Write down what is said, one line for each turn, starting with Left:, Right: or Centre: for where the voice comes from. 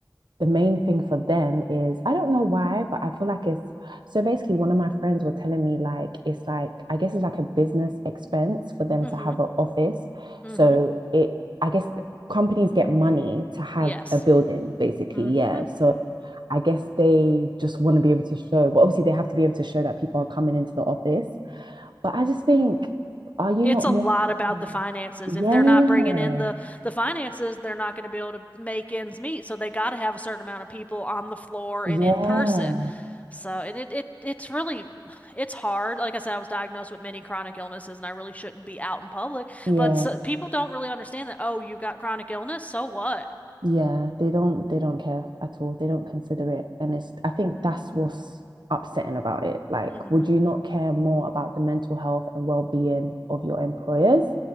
Right: the main thing for them is I don't know why, but I feel like it's so basically one of my friends were telling me like it's like I guess it's like a business expense for them
Left: Mm-hmm.
Right: to have an office.
Left: Mm-hmm.
Right: So it I guess companies get money to have
Left: Yes.
Right: a building basically,
Left: Mm-hmm.
Right: yeah. So I guess they just want to be able to show, but obviously they have to be able to show that people are coming into the office. But I just think, are you
Left: It's
Right: not
Left: a
Right: more?
Left: lot about
Right: Mm.
Left: the finances.
Right: Yeah,
Left: If they're not bringing in the the finances, they're not going to be able to make ends meet. So they got to have a certain amount of people on the floor
Right: yeah,
Left: and in person. So and it, it it's really it's hard. Like I said, I was diagnosed with many chronic illnesses, and I really shouldn't be out in public.
Right: yeah,
Left: But so, people don't really understand that. Oh, you got chronic illness, so what?
Right: yeah. They don't, they don't care at all. They don't consider it, and it's. I think that's what's upsetting about it. Like,
Left: Mm-hmm.
Right: would you not care more about the mental health and well-being of your employers?